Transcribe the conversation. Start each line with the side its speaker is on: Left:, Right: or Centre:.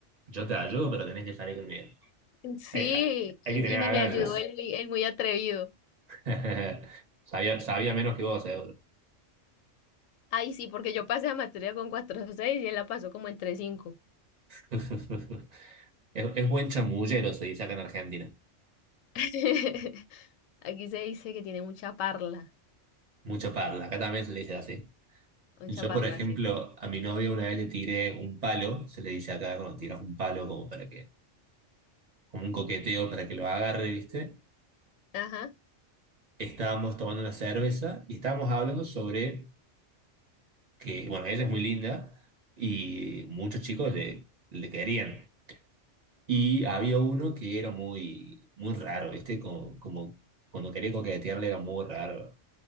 Right: yo te ayudo, pero tenés que salir conmigo.
Left: <laughs> sí,
Right: Hay, hay
Left: y,
Right: que tener
Left: y
Right: agallas.
Left: ni me ayudó el, muy- el muy atrevido.
Right: <laughs> Sabía, sabía menos que vos, seguro.
Left: Ay, sí, porque yo pasé la materia con cuatro punto seis y él la pasó como en tres punto cinco
Right: <laughs> Es, es buen chamullero, se dice acá en Argentina.
Left: <laughs> Aquí se dice que tiene mucha parla,
Right: Mucha parla, acá también se le dice así.
Left: mucha
Right: Yo,
Left: parla,
Right: por ejemplo,
Left: sí.
Right: a mi novia una vez le tiré un palo, se le dice acá cuando tiras un palo como para que como un coqueteo para que lo agarre, ¿viste?
Left: Ajá,
Right: Estábamos tomando una cerveza y estábamos hablando sobre que, bueno, ella es muy linda y muchos chicos le, le querían. Y había uno que era muy, muy raro, ¿viste? Como, como cuando quería coquetearle era muy raro,